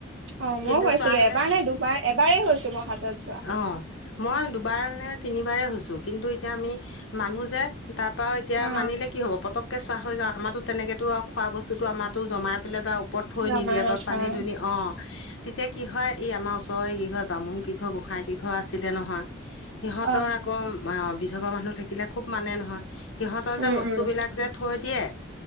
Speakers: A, on the right; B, on the left.
A: অ
B: কিন্তু
A: মই হৈছিলো
B: চোৱা হ'লে
A: এবাৰ নে দুবাৰ এবাৰেই হৈছো মই হাতত যোৱা
B: অ' মই দুবাৰ নে তিনিবাৰে হৈছো কিন্তু এতিয়া আমি মানুহ যে তাৰ পৰা এতিয়া
A: অ
B: মানিলে কি হ'ব পতক চোৱা হৈ যাওঁ আমাৰো তেনেকেতো আৰু খোৱা বস্তুতো আমাৰো জমাই পেলাই বা ওপৰত থৈ
A: জমা
B: নিদিয়ে
A: নথয়
B: বা পানী দুনি অ তেতিয়া কি হয় এই আমাৰ ওচৰৰে কি ঘৰ বামুণ কি ঘৰ গোঁসাই কি ঘৰ আছিলে নহয় সিহঁতৰ
A: অ
B: আকৌ অ বিধৱা মানুহ থাকিলে খুব মানে নহয়। সিহঁতৰ
A: উম
B: যে বস্তুবিলাক
A: উম
B: যে থৈ দিয়ে